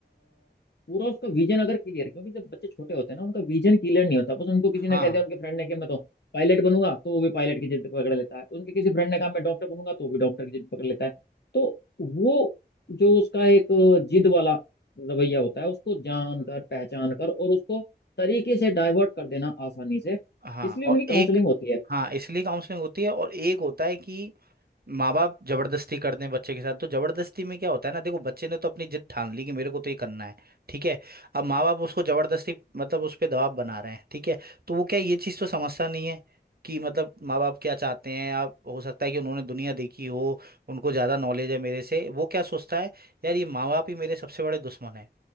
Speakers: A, on the left; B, on the right.
A: पूरा उसका विजन अगर क्लियर क्योंकि जब बच्चे छोटे होते हैं ना उनका विजन क्लियर नहीं होता बस उनको किसी
B: हाँ
A: ने कह दिया उनके फ्रेंड ने कि मैं तो पायलट बनूंगा तो वो भी पायलट की जिद पकड़ लेता है उनके किसी फ्रेंड ने कहा मैं डॉक्टर बनूंगा तो वो भी डॉक्टर की जिद पकड़ लेता है तो वो जो उसका एक जिद वाला रवैया होता है उसको जान कर पहचान कर और उसको तरीके से डाइवर्ट कर देना आसानी से
B: हाँ
A: इसलिए
B: और
A: उनकी काउंसलिंग
B: एक
A: होती है
B: हाँ इसलिए काउंसलिंग होती है और एक होता है कि माँ बाप जबरदस्ती करते हैं बच्चे के साथ तो जबरदस्ती में क्या होता है ना देखो बच्चे ने तो अपनी जिद ठान ली कि मेरे को तो ये करना है ठीक है अब माँ बाप उसको जबरदस्ती मतलब उस पर दबाव बना रहे हैं ठीक है तो वो क्या है, ये चीज़ तो समझता नहीं है कि मतलब माँ बाप क्या चाहते हैं आप हो सकता है कि उन्होंने दुनिया देखी हो उनको ज़्यादा नॉलेज है मेरे से वो क्या सोचता है यार ये माँ बाप ही मेरे सबसे बड़े दुश्मन है